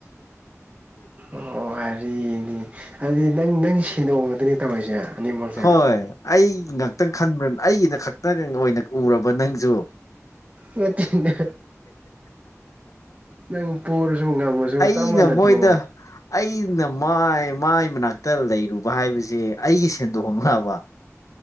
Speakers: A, on the right; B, on the left.
A: ꯑꯣ ꯍꯥꯏꯔꯤꯅꯤ ꯑꯗꯨꯗꯤ ꯅꯪ ꯅꯪ ꯁꯤꯟꯗꯣꯛꯑꯕꯗꯨꯅꯦ ꯇꯧꯔꯤꯁꯦ ꯑꯅꯤꯃꯛꯁꯦ
B: ꯍꯣꯏ ꯑꯩ ꯉꯥꯛꯇꯪ ꯈꯟꯕ꯭ꯔ ꯑꯩꯒꯤꯅ ꯈꯛꯇꯪ ꯑꯣꯏꯅ ꯎꯔꯕ ꯅꯪꯁꯨ
A: ꯃꯠꯇꯅ ꯅꯪ ꯄꯨꯔꯁꯨ ꯉꯝꯃꯁꯨ
B: ꯑꯩꯅ
A: ꯆꯞ ꯃꯥꯟꯅꯗ꯭ꯔꯣ
B: ꯃꯣꯏꯗ ꯑꯩꯅ ꯃꯥꯏ ꯃꯥꯏ ꯃꯅꯥꯛꯇ ꯂꯩꯔꯨꯕ ꯍꯥꯏꯕꯁꯦ ꯑꯩꯒꯤ ꯁꯦꯟꯗꯣꯛ ꯍꯣꯡꯅꯕ